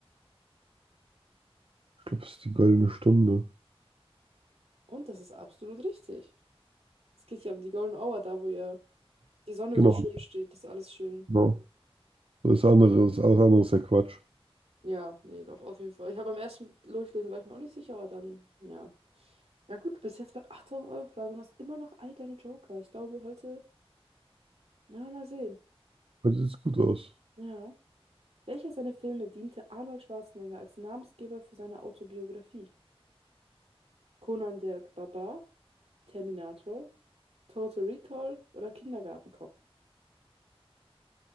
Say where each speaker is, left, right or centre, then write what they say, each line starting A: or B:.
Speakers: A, on the right; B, on the right.
A: Ich glaube, es ist die goldene Stunde.
B: Und das ist absolut richtig. Es geht ja um die Golden Hour, da wo ja die Sonne
A: Genau,
B: so schön steht, dass alles schön
A: genau. Das andere, das alles andere ist ja Quatsch.
B: Ja, nee, auf, auf jeden Fall. Ich habe beim ersten Durchlesen war ich mir auch nicht sicher, aber dann, ja. Na gut, bis jetzt bei 8000 Euro Frage und hast immer noch all deine Joker. Ich glaube, heute, na, mal sehen.
A: Heute sieht es gut aus.
B: Ja. Welcher seiner Filme diente Arnold Schwarzenegger als Namensgeber für seine Autobiografie? Conan der Barbar, Terminator, Total Recall oder Kindergartenkopf?